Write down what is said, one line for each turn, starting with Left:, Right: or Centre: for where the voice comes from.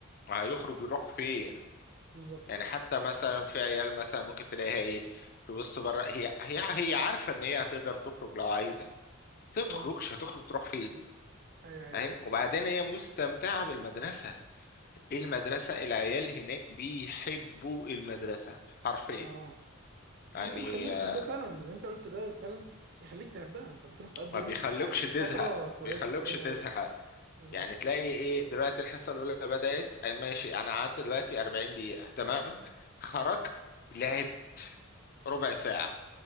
Left: هيخرج يروح فين
Right: بالظبط
Left: يعني حتى مثلا في عيال مثلا ممكن تلاقيها ايه تبص بره هي هي هي عارفه ان هي هتقدر تخرج لو عايزه بس هي
Right: اه
Left: ما تخرجش هتخرج تروح فين
Right: ايوه ايوه
Left: فاهم وبعدين هي مستمتعه بالمدرسه إيه المدرسه العيال هناك بيحبوا المدرسه حرفيا
Right: اه
Left: يعني
Right: انت مخليهم
Left: آه،
Right: تحبها فعلا اللي انت قلت ده فعلا يخليك تحبها انت بتروح تقضي
Left: ما
Right: يوم
Left: بيخلوكش
Right: يعني
Left: تزهق
Right: فتره
Left: ما
Right: كويسه
Left: بيخلوكش
Right: ايوه
Left: تزهق
Right: ايوه بالظبط
Left: يعني تلاقي ايه دلوقتي الحصه الاولى بدات أي ماشي انا قعدت دلوقتي 40 دقيقه تمام خرجت لعب ربع ساعه